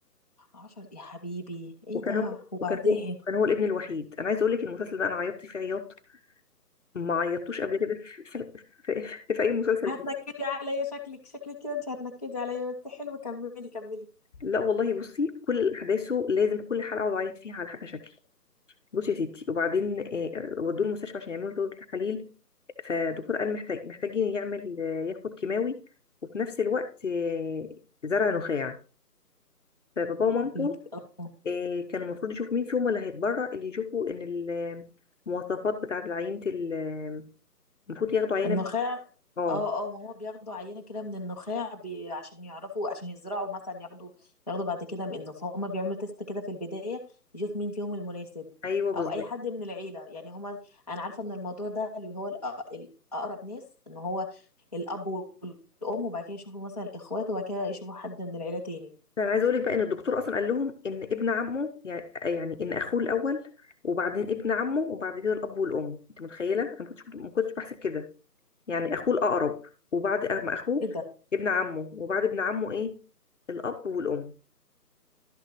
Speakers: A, on the left (about 25°); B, on the left (about 50°).
A: 10 يا حبيبي إيه
B: وكان
A: ده
B: هو
A: وبعدين
B: وكان هو كان هو الابن الوحيد انا عايزه اقول لك المسلسل ده انا عيطت فيه عياط ما عيطتوش قبل كده في, في, في, في, في اي مسلسل
A: هتنكدي
B: تاني.
A: عليا شكلك شكلك كده انت هتنكدي عليا بس حلو كملي كملي
B: لا والله بصي كل احداثه لازم كل حلقه اقعد اعيط فيها على حاجه شكل بصي يا ستي وبعدين آه، ودوه المستشفى عشان يعملوا له تحاليل فالدكتور قال محتاج محتاجين يعمل آه، ياخد كيماوي وفي نفس الوقت آه، زرع نخاع فبابا ومامته
A: يا حبيبي اه
B: آه، كانوا المفروض يشوفوا مين فيهم اللي هيتبرع اللي يشوفوا ان ال- المواصفات بتاعة العينة ال- آه، المفروض ياخدوا عينة
A: النخاع
B: من- اه
A: اه اه ما هو بياخدوا عينة كده من النخاع بي... عشان يعرفوا عشان يزرعوا مثلا ياخدوا ياخدوا بعد كده منه فهم بيعملوا تيست كده في البداية يشوف مين فيهم المناسب
B: ايوه بالظبط
A: او اي حد من العيلة يعني هما انا عارفة ان الموضوع ده اللي هو الأ- الاقرب ناس ان هو الاب والام وبعد كده يشوفوا مثلا الاخوات وبعد كده يشوفوا حد من العيلة تاني
B: فانا عايزه اقول لك بقى ان الدكتور اصلا قال لهم ان ابن عمه يعني يعني ان اخوه الاول وبعدين ابن عمه وبعد كده الاب والام انت متخيله انا ما كنتش ما كنتش بحسب كده يعني اخوه الاقرب وبعد أم اخوه
A: ايه ده
B: ابن عمه وبعد ابن عمه ايه الاب والام